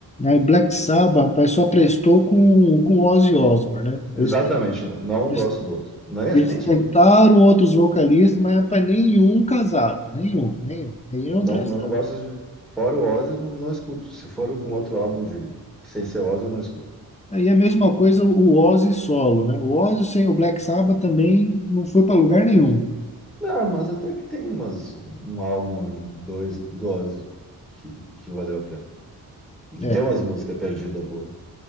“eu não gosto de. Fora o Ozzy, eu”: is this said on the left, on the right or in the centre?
Centre